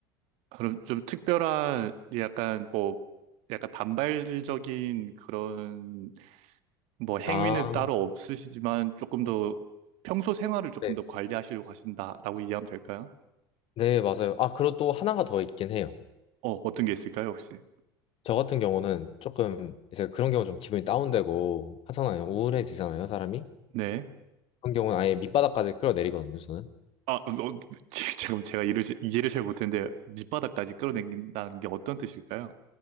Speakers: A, on the right; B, on the left.
A: 그럼 좀 특별한 약간 뭐 약간 반발적인 그런 뭐 행위는
B: 아,
A: 따로 없으시지만 조금 더 평소 생활을 조금
B: 네.
A: 더 관리하시려고 하신다라고 이해하면 될까요?
B: 네, 맞아요. 아, 그리고 또 하나가 더 있긴 해요.
A: 어, 어떤 게 있을까요, 혹시?
B: 저 같은 경우는 조금 이제 그런 경우 좀 기분이 다운되고 하잖아요. 우울해지잖아요, 사람이.
A: 네.
B: 그런 경우는 아예 밑바닥까지 끌어내리거든요, 저는.
A: 아, 어, 어, <laughs> 제- 잠깐만 제가 이를, 이해를 잘 못했는데 밑바닥까지 끌어당긴다는 게 어떤 뜻일까요?